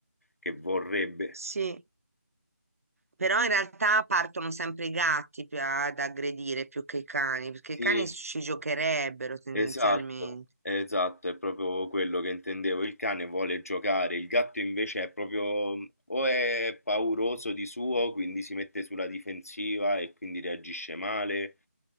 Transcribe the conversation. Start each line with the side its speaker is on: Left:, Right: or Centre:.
Left: che vorrebbe.
Right: sì. Però in realtà partono sempre i gatti più a- ad aggredire più che i cani, perché i
Left: Sì,
Right: cani ci giocherebbero tendenzialmente.
Left: esatto, esatto, è proprio quello che intendevo. Il cane vuole giocare, il gatto invece è proprio o è pauroso di suo, quindi si mette sulla difensiva e quindi reagisce male,